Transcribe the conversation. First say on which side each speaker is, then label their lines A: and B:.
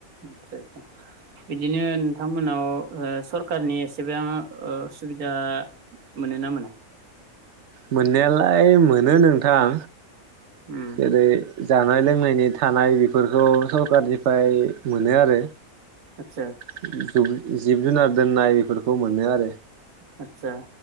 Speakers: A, on the right (about 75°); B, on the right (about 60°).
A: आदसा आसा बिदिनो नोंथांमोनाव ओ सरकारनि एसेबा ओ सुबिदा मोनो ना मोना?
B: मोननायालाय मोनो नोंथां
A: उम
B: जेरै जानाय लोंनायनि थानाय बेफोरखौ सरखारनिफ्राय मोनो आरो
A: आदसा
B: <unintelligible> जिब जुनार दोननाय बेफोरखौ मोनो आरो।
A: आतसा